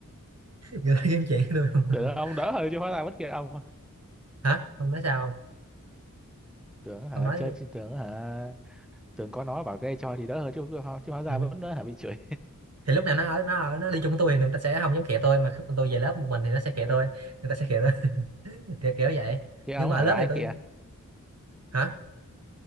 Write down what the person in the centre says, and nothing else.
tưởng ông
đỡ hơn chứ hóa ra bất kỳ ông
tưởng hả
chơi
chứ tưởng hả tưởng có nó bảo ghê cho thì đỡ hơn chứ chứ hóa ra
vẫn hả bị chửi
ừ.
cái ông
hả
là ai
kìa